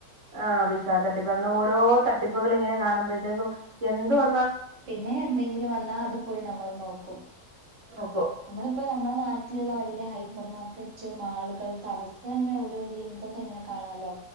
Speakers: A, on the right; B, on the right.
A: ആ വിസാ തട്ടിപ്പ് അങ്ങനെ ഓരോ തട്ടിപ്പുകളിങ്ങനെ കാണുമ്പോഴത്തേക്കും എന്ത് വ
B: പിന്നെ എന്തെങ്കിലു വന്നാ അത് പോയി നമ്മള് നോക്കും
A: നോക്കും
B: നമ്മളിപ്പോ നമ്മളെ നാ ട്ടിലുള്ള വല്ല്യ ഹൈപ്പർ മാർക്കറ്റ് മാളുകൾ അവിടുത്തെന്നെ ഒരോ ലിങ്കൊക്കെങ്ങനെ കാണലോ